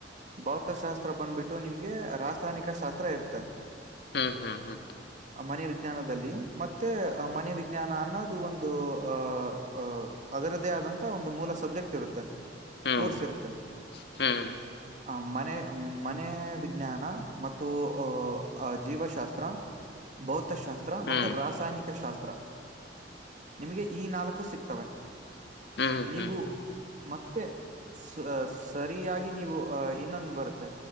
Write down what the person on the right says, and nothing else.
ಭೌತಶಾಸ್ತ್ರ ಬಂದ್ಬಿಟ್ಟು ನಿಮ್ಗೆ ರಾಸಾಯನಿಕ ಶಾಸ್ತ್ರ ಇರ್ತೇ.
ಮನೆ ವಿಜ್ಞಾನದಲ್ಲಿ ಮತ್ತೆ ಮನೆ ವಿಜ್ಞಾನ ಅನ್ನೋದು ಒಂದು ಅ ಅ. ಅದರದೇ ಆದಂತಹ ಒಂದು ಮೂಲ ಸಬ್ಜೆಕ್ಟ್ ಇರುತ್ತೆ.
ಕೂರ್ಸಿರುತ್ತೆ
ಆ ಮನೆ. ಮನೆ ವಿಜ್ಞಾನ ಮತ್ತು ಅ ಅ ಜೀವಶಾಸ್ತ್ರ ಭೌ ತಶಾಸ್ತ್ರ
ಮತ್ತು
ರಾಸಾಯನಿಕ ಶಾಸ್ತ್ರ ನಿಮಗೆ ಈ ನಾಲಕು ಸಿಗ್ತವೆ..
ನೀವು
ಮತ್ತೆ ಸ ಸರಿಯಾಗಿ ನೀವು ಅ ಇನ್ನೊಂದು ಬರುತ್ತೆ